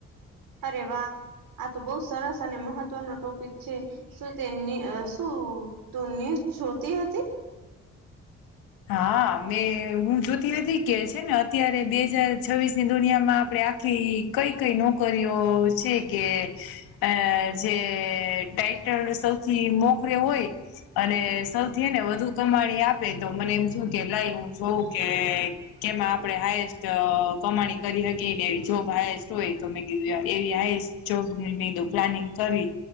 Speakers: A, on the right; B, on the left.
A: અરે વાહ આ તો બહુ સરસ અને મહત્વનો ટોપિક છે શું તે શું તું ન્યઝ જોતી હતી
B: હા મેં હું જોતી નથી કે છે ને અત્યારે બે હજાર છવ્વીસ ની દુનિયામાં આપડણે કે કઈ કઈ નોકરીઓ છે કે અ જે ટાઈટલ સૌથી મોખરે હોય અને સૌથી એને વધુ કમાણી આપે તો મને એમ થું કે લાઈ હું જોઉં કે કેમાં આપણે હાએસ્ટ કમાણી કરી <unintelligible> ને એવી જોબ હાએસ્ટ હોય તો મેં કીધું એવી હાએસ્ટ જોક લીધું પ્લાનિંગ કરી